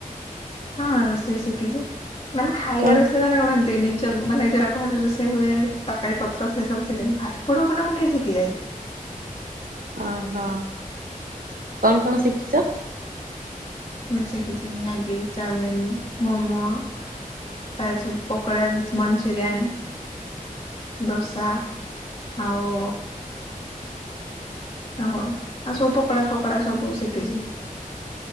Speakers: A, on the left; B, on the right.
A: ହଁ ରୋଷେଇ ଶିଖିଛି। ମାନେ ଖାଇବା
B: କଣ
A: ରଷେଇ ମାନେ ବନାନ୍ତି। ସେ ନିଜ ମାନେ ଯାହା ଘରରେ ସେ ହୁଏ ତରକାରୀ ପତ୍ର ସେ ସବୁ କିଣେ ଫାଷ୍ଟଫୁଡ ମୁଁ ଟିକେ ଶିଖି ଯାଏ।
B: ଓହୋ କଣ କଣ ଶିଖିଛ।
A: ମି ସେ କିଛି ମ୍ୟାଗି ଚାଉମିିନ ମୋମୋ ତା ସବୁ ପକୋଡ଼ା ମଞ୍ଚୁରିଆନ୍ ଦୋସା ଆଉ ନା ହଁ ଆଉ ସବୁ ପକୋଡା ଫକୋଡା ସବୁ ଶିଖିଛି।